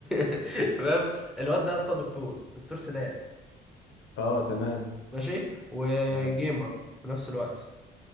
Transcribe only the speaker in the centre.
<laughs> فاهم الواد ده يا اسطى دكتور دكتور سنان
ماشي وجيمر
في نفس الوقت